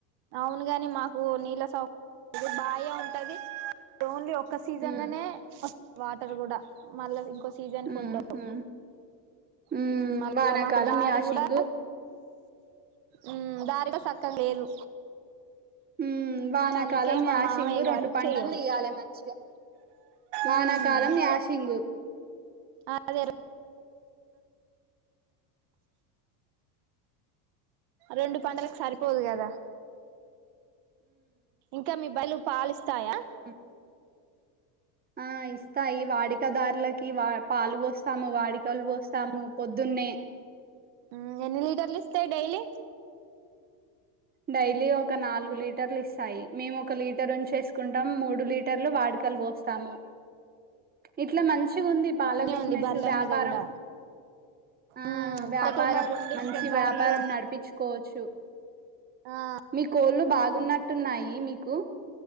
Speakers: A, on the right; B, on the right.
A: అవును గాని మాకు నీళ్ళ సౌకర్యం బాగా ఉంటది. ఓన్లీ ఒక సీజన్ల్నే
B: ఉమ్
A: వాటర్ కూడా మల్ల ఇంకొస్ సీజన్ కు
B: ఉమ్హు.
A: ఉండవు.
B: ఉమ్,
A: ఊమ్ మళ్ళ
B: వానాకాలం
A: మాకు దారి
B: యాషింగు
A: కూడా ఉమ్ దారి గూడ సకెం లేదు
B: ఉమ్ వానాకాలం
A: అందుకే మా
B: యాసింగు
A: మామయ్య గారు
B: రెండు పంటలు
A: చెయ్యరు
B: తీయాలే మంచిగా వానాకాలం
A: ఉమ్
B: యాసింగు
A: అదే రెండు పంటలకు సరిపోదు కదా ఇంకా మీ బయలు పాలిస్తాయా
B: ఉమ్ ఆ ఇస్తాయి వాడికదారులకి వా పాలు పోస్తాము వాడికలు పోస్తాము పొద్దున్నే
A: ఊమ్ ఎన్ని లీటర్లు ఇస్తాయి డైలీ
B: డైలీ ఒక నాలుగు లీటర్లు ఇస్తాయి మేము, ఒక లీటర్ ఉంచేసుకుంటాం మూడు లీటర్లు వాడుకలు పోస్తాము ఇట్లా మంచి గుంది పాల
A: అనే
B: బిజినెస్
A: ఉంది బర్ల
B: వ్యాపారం.
A: మీద కూడా
B: ఆ
A: ఉమ్
B: వ్యాపారం
A: పల్లెటూర్లలో ఉండి
B: మంచి
A: మంచిగా బర్లు
B: వ్యాపారం నడిపిచుకోవచ్చు
A: ఆ
B: మీ కోళ్ళు బాగున్నట్టు టున్నున్నాయి మీకు